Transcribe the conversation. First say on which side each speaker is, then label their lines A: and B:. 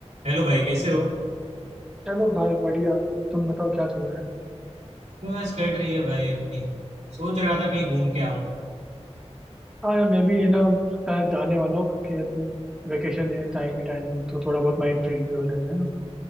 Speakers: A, on the right (about 85°); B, in the centre.
A: Hello भाई कैसे हो
B: चलो भाई बढ़िया तुम बताओ क्या हो रहा है
A: बस कट रही है भाई अपनी सोच रहा था कहीं घूम के आऊं
B: हाँ यार मैं भी है ना शायद जाने वाला हूँ क्योंकि अभी वेकेशन है टाइम ही टाइम है तो थोड़ा बहुत माइंड फ्रेश भी हो जाएगा है ना